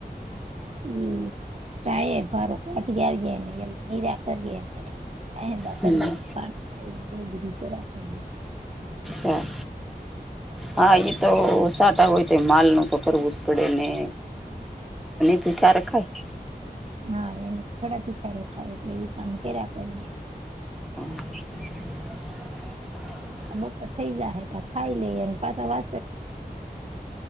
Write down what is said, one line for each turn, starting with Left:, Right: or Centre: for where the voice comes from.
Right: <unintelligible> મહેંદા કરીએ પા <unintelligible> એવ
Centre: હમ
Right: બધું <unintelligible>
Centre: હા હા ઈ તો સાટા હોય તો માલનું તો કરવું પડે ને <inaudible>
Right: હા એને થોડા ભેખા રોખાય એટલે એ કામ કે કરી
Centre: <inaudible>
Right: <unintelligible> ત્રણ વાગે એટલે ગામમાં જવા